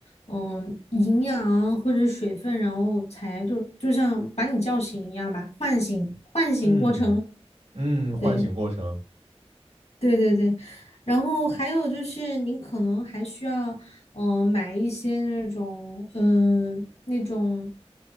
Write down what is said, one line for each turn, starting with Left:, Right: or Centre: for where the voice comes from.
Left: 嗯、营养或者水分，然后才就就像把你叫醒一样吧，唤醒唤醒过程，
Right: 嗯嗯，唤醒过程，
Left: 对。对对对，然后还有就是你可能还需要，嗯、买一些那种，嗯、那种，